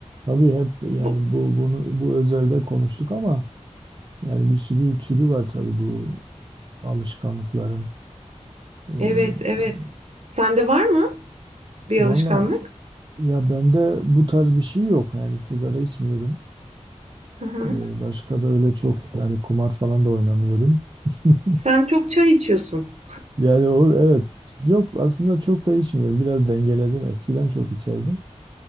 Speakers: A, on the right (about 40°); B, on the right (about 65°).
A: Tabii hep yani
B: Bu
A: bu bunu bu özelde konuştuk ama yani bir sürü türü var tabii bu alışkanlıkların. Ee,
B: Evet, evet.
A: yani
B: Sende var mı bir
A: valla
B: alışkanlık?
A: ya bende bu tarz bir şey yok. Yani sigara içmiyorum.
B: Hı hı.
A: Ee, başka da öyle çok yani kumar falan da oynamıyorum. <laughs>
B: Sen çok çay içiyorsun.
A: Yani o evet yok aslında çok da içmiyorum. Biraz dengeledim. Eskiden çok içerdim.